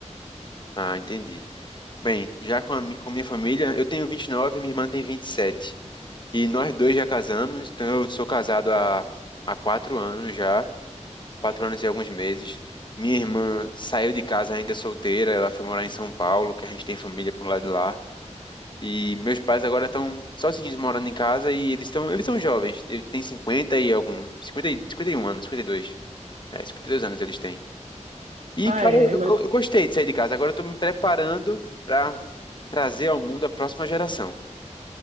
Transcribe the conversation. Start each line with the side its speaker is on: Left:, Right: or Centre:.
Left: Ah, entendi. Bem, já com a, mi- com minha família, eu tenho 29 e nove e minha irmã tem 27. E sete. E nós dois já casamos, então eu sou casado há, há quatro anos já. quatro anos e alguns meses. Minha irmã saiu de casa ainda solteira, ela foi morar em São Paulo, que a gente tem família por lá de lá. E meus pais agora estão sozinhos morando em casa e eles estão, eles são jovens, eles têm 50 e algum, cinquenta e- 51 anos, 52. É, 52 anos eles têm. E,
Right: Ah,
Left: cara,
Right: é,
Left: eu, eu-
Right: mas
Left: eu gostei de sair de casa. Agora eu tô me preparando pra trazer ao mundo a próxima geração.